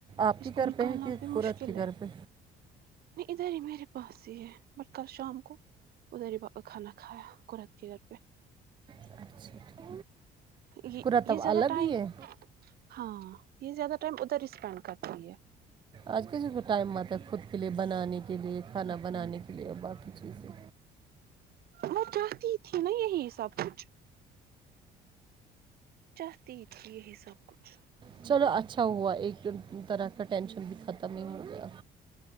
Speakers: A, on the right; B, on the right.
A: آپ
B: اس
A: کے گھر
B: کو نکالنا
A: پہ ہے کہ
B: پھر
A: قرت
B: مشکل
A: کے گھر
B: ہے
A: پہ
B: نہیں ادھر ہی میرے پاس ہی ہے بٹ کل شام کو ادھر با کھانا کھایا قرت کے گھر پہ
A: اچھا ٹھیک
B: یہ
A: قرت
B: یہ
A: اب
B: زیادہ
A: الگ
B: ٹائم
A: ہی ہے
B: ہاں یہ زیادہ ٹائم ادھر ہی اسپینڈ کرتی ہے
A: آج ک ج کو ٹائم آتا ہے خود کے لئے بنانے کے لئے کھانا بنانے کے لئے اور باقی چیزیں
B: وہ چاہتی تھی نا یہی سب کچھ چاہتی تھی یہی سب کچھ
A: چلو اچھا ہوا ایک طرح کا ٹینشن بھی ختم ہی ہو گیا